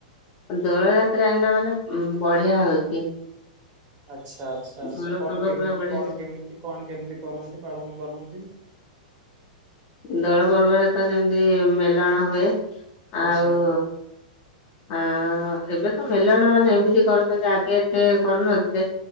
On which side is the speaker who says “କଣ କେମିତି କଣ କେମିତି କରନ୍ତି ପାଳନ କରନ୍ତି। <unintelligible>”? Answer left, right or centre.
Right